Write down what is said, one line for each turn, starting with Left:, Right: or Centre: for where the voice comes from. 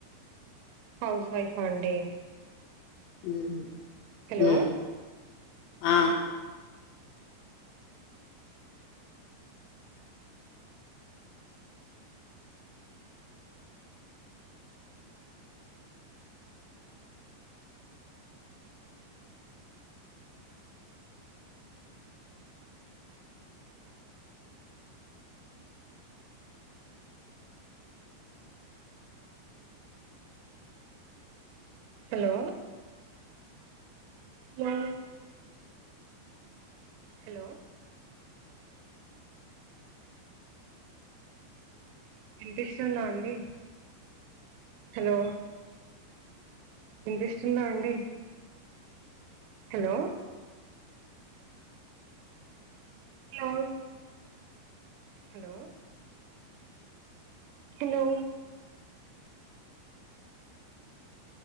Right: హౌస్ వైఫా అండి
Left: హుమ్
Right: హలో
Left: హు హు ఆ
Right: హలో హలో హలో వినిపిస్తుందా అండి హలో ఇంట్రెస్ట్ ఉందా అండి hello hello hello hello